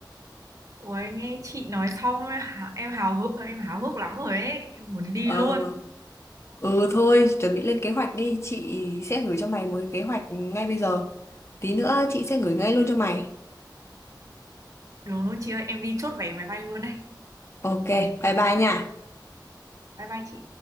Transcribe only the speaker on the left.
ờ
Ừ thôi, chuẩn bị lên kế hoạch đi, chị sẽ gửi cho mày một cái kế hoạch ngay bây giờ. Tí nữa chị sẽ gửi ngay luôn cho mày.
Ok, bye bye nha.